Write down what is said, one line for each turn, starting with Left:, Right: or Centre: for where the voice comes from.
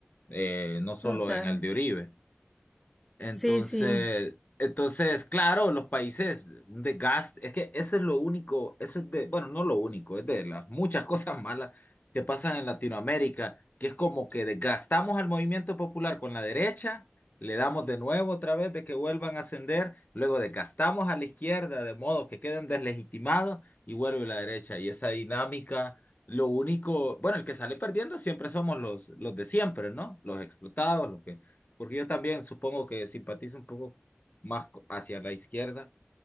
Left: Eh, no solo
Centre: Total.
Left: en el de Uribe. Entonces,
Centre: Sí, sí,
Left: entonces, claro, los países, un desgaste, es que eso es lo único, eso es de, bueno, no lo único, es de las muchas <laughs> cosas malas que pasan en Latinoamérica, que es como que desgastamos al movimiento popular con la derecha, le damos de nuevo otra vez de que vuelvan a ascender, luego desgastamos a la izquierda de modo que queden deslegitimados y vuelve la derecha. Y esa dinámica, lo único, bueno, el que sale perdiendo siempre somos los, los de siempre, ¿no? Los explotados, los que porque yo también supongo que simpatizo un poco más co- hacia la izquierda.